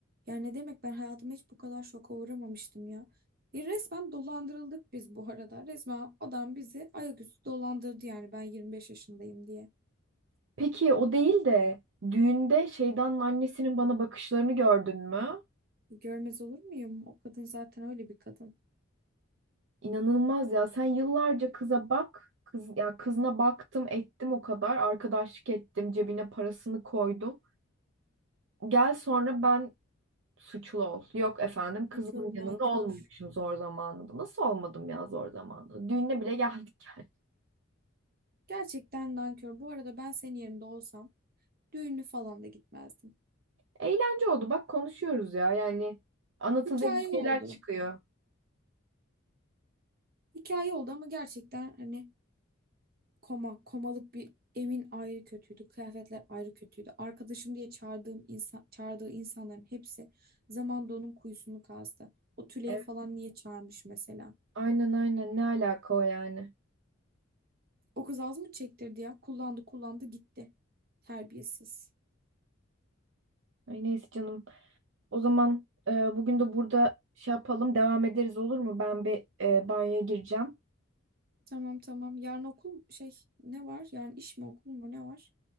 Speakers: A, on the right; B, on the right.
A: Yani ne demek ben hayatımda hiç bu kadar şoka uğramamıştım ya. Bir resmen dolandırıldık biz bu arada. Resmen adam bizi ayaküstü dolandırdı yani ben 25 yaşındayım diye.
B: Peki o değil de düğünde şeytanın annesinin bana bakışlarını gördün mü?
A: Görmez olur muyum? O kadın zaten öyle bir kadın.
B: İnanılmaz ya. Sen yıllarca kıza bak. Kız, ya kızına baktım ettim o kadar. Arkadaşlık ettim. Cebine parasını koydum. Gel sonra ben suçlu ol. Yok efendim kızımın
A: Nankör, nankör.
B: yanında olmamışım zor zamanında. Nasıl olmadım ya zor zamanında? Düğüne bile geldik yani.
A: Gerçekten nankör. Bu arada ben senin yerinde olsam düğünü falan da gitmezdim.
B: Eğlence oldu. Bak konuşuyoruz ya. Yani anlatılacak
A: Hikaye
B: bir
A: oldu.
B: şeyler çıkıyor.
A: Hikaye oldu ama gerçekten hani koma, komalık bir evin ayrı kötüydü. Kıyafetler ayrı kötüydü. Arkadaşım diye çağırdığım insan, çağırdığı insanların hepsi zamanda onun kuyusunu kazdı. O Tülay'ı
B: Evet.
A: falan niye çağırmış mesela?
B: Aynen aynen ne alaka o yani.
A: O kız az mı çektirdi ya? Kullandı kullandı gitti. Terbiyesiz.
B: Ay neyse canım. O zaman e, bugün de burada şey yapalım devam ederiz olur mu? Ben bir e, banyoya gireceğim.
A: Tamam tamam. Yarın okul şey ne var? Yarın iş mi okul mu ne var?